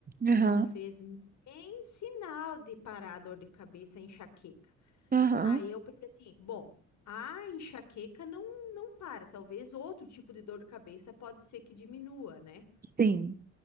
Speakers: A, on the right (about 30°); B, on the left (about 70°).
A: Aham,
B: Não fez nem sinal de parar a dor de cabeça, a enxaqueca.
A: aham,
B: Aí eu pensei assim, bom, a enxaqueca não, não para, talvez outro tipo de dor de cabeça pode ser que diminua, né?
A: sim.